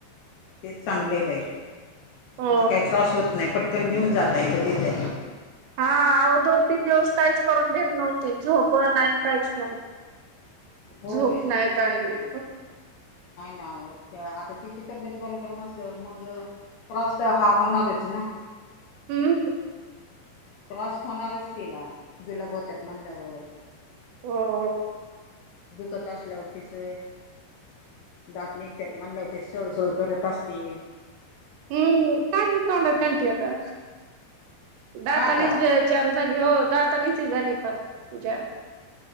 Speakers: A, on the left; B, on the right.
A: तेच चांगलं आहे बाई म्हणजे
B: हो
A: काही त्रास होत नाय. पटकन घेऊन जात येतं तिथ
B: हा आहो दोन तीन दिवस काहीच करून देत नव्हती झोप पण आणि काहीच नाय
A: होय
B: झोप नाही काय नाय
A: हा आता तिची तब्येत बरोबर नसल्यावर मग त्रास तर हा होणारच ना.
B: हम्म
A: त्रास होणारच तिला जुलाब होत्यात म्हणल्यावर.
B: हो.
A: दुखत असल्यावरतीसं दात निघत्यात म्हणलं की सळसळ करत असतील.
B: हम्म, काही ही तोंडात घालती आता दातानीच
A: हा का
B: बे चं झाली हो दातानीच झाली फार जॅम